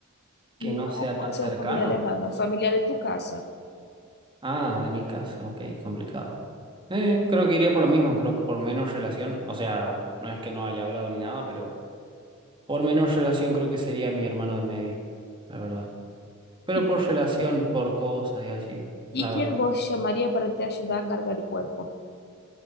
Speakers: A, on the right; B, on the left.
A: que
B: no
A: no sea
B: puede
A: tan
B: ser
A: cercano.
B: un familiar lejano, familiar de tu casa.
A: Ah, de mi casa, ok, complicado. Eh, creo que iría por lo mismo, creo que por menos relación, o sea, no es que no haya hablado ni nada, pero por menos relación creo que sería mi hermano del medio, la verdad. Pero
B: ¿Y,
A: por relación, por cosas y así,
B: y
A: la verdad.
B: quién vos llamaría para te ayudar a cargar el cuerpo?